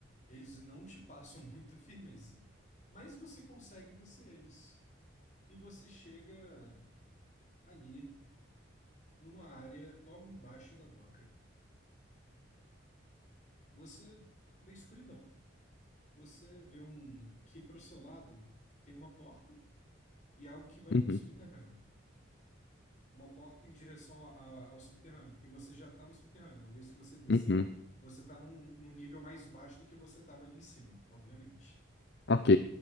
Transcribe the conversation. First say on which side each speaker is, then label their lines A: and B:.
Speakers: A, on the left (about 40°); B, on the left (about 60°).
A: Eles não te passam <laughs> muita firmeza, mas você consegue descer eles. E você chega ali, numa área logo embaixo da doca. Você vê escuridão. Você vê um que para o seu lado tem uma porta e algo que vai
B: Uhum,
A: para o subterrâneo. uma porta em direção a- a- ao subterrâneo, porque você já está no subterrâneo. Uma vez que você desceu,
B: uhum,
A: você está num, num nível mais baixo do que você estava ali em cima, obviamente.
B: Ok.